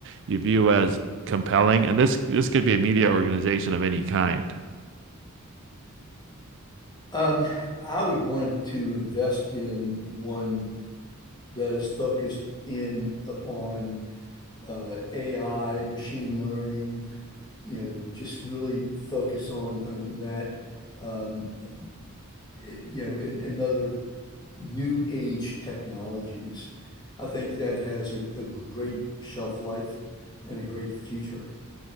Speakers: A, on the right; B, on the left.
A: you view as compelling? And this this could be a media organization of any kind.
B: Um, I would want to invest in one. that is focused in upon AI, machine learning, you know, just really focus on on that, um, it- you know, and, and other new age technologies. I think that has a, a great shelf life and a great future.